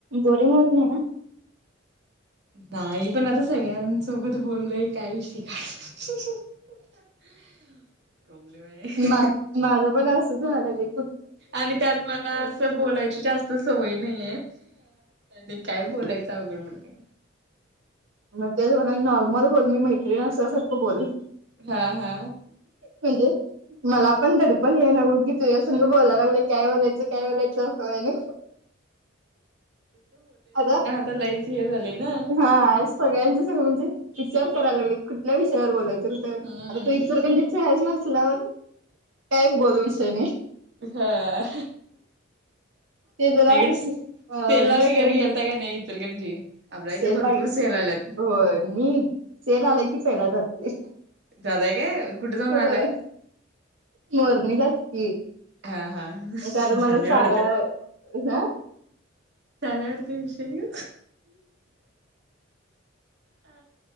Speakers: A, on the right (about 80°); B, on the right (about 60°).
A: Boring होत नाय ना.
B: नाय पण आता सगळ्यांसोबत बोललोय काय विषय काढ <inaudible> आहे.
A: मग माझं पण असंच व्हायला लागलंय.
B: आणि त्यात मला असं बोलायची जास्त सवय नाहीये. ते काय बोलायचं अवघड पडते.
A: मग तेचं म्हणाल नॉर्मल बोल, मी मैत्रीण असल्यासारखं बोल.
B: हा हा.
A: म्हणजे मला पण दडपण याय नगो की तुझ्या संग बोलाय लागयलो काय बोलाय? च काय बोलायच होय ना आता
B: तर लईच हे झालंय ना.
A: हा सगळ्यांच सगळं म्हणजे विचार करायला लागले कुठल्या विषयावर बोलाय आता
B: हम्म
A: तू इचलकरंजीची आहेस मसल्यावर काय बोलू विषय मी?
B: हा.
A: ते जरा
B: मग इकडे सेलला
A: अ दुसऱ्या
B: वगैरे गेलता का नाय इचलकरंजी आपल्या
A: सेल
B: इथं भरपूर
A: बाई
B: सेल आल्यात.
A: होय मी सेल आले की पहिला जाते.
B: जाताय काय कुठे जाऊन
A: होय
B: आलाय
A: मोरणीलाच की.
B: हा हा वीस
A: कारण
B: तीस
A: मला
B: झाले
A: साड्या
B: वाटते.
A: ह
B: झालाय वाटतं विषय आ.